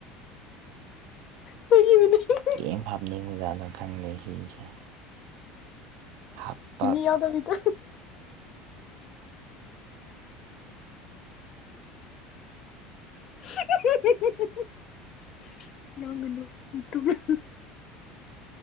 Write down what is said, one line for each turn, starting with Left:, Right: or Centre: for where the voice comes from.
Left: <unintelligible>
Right: ꯀꯦꯝ ꯍꯥꯞꯅꯤꯡ ꯖꯠꯅꯣ ꯈꯪꯗꯦ ꯁꯤꯁꯦ ꯍꯥꯞꯄ
Left: ꯆꯤꯅꯤ ꯌꯥꯎꯗꯕꯤꯗ <unintelligible>